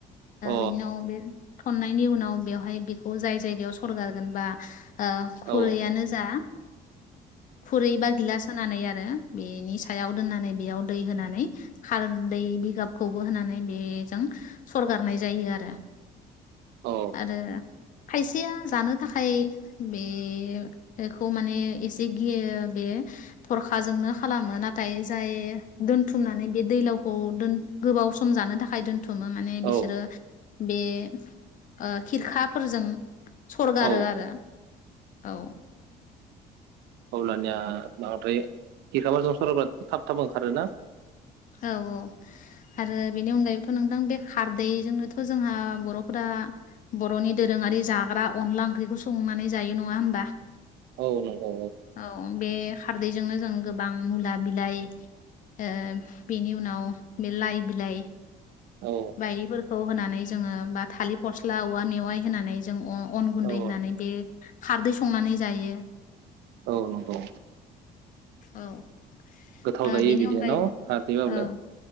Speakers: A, on the right; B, on the left.
A: औ
B: बिनि उनाव बे थननाय बेनि उनाव बेयावहाय बेखौ जाय जाय सरगारगोन बा ओ खुरैयानो
A: औ
B: जा खुरै बा गिलास होनानै आरो बेनि सायाव दोननानै बेयाव दै होनानै खारदै बिगाबखौबो होनानै बेजों सरगारनाय जायो आरो
A: औ
B: आरो खायसेया जानो थाखाय बे बेखौ माने एसे गियो बे थरखाजोंनो खालामो नाथाय जाय दोनथुमनानै बे दैलावखौ दोन गोबाव सम जानो थाखाय दोन थुमो माने बिसोरो
A: औ
B: बे ओ खिरखाफोरजों सरगारो
A: औ
B: आरो औ
A: अब्लानिया बांद्राय गिखामाजों सरब्रा थाब थाब ओंखारोना
B: औ औ आरो बेनि अनगायैथ' नोंथां बे खारदैजोंनोथ' जोंहा बर'फोरा बर'नि दोरोङारि जाग्रा अनला ओंख्रिखौ संनानै जायो नङा होनबा
A: औ नंगौ
B: औ बे खारदैजोंनो जों गोबां मुला बिलाय ओ बेनि उनाव बे लाइ बिलाइ
A: औ
B: माइदिफोर खौ होनानै जोङो बा थालिर फस्ला औवा मेवाइ होनानै जों अ अन गुन्दै
A: औ
B: होनानै बे खारदै संनानै जायो
A: औ नंगौ
B: औ
A: गोथाव
B: ओ
A: जायो
B: बेनि
A: बिदिया
B: अनगायैबो
A: न खारदैब्लाबो
B: औ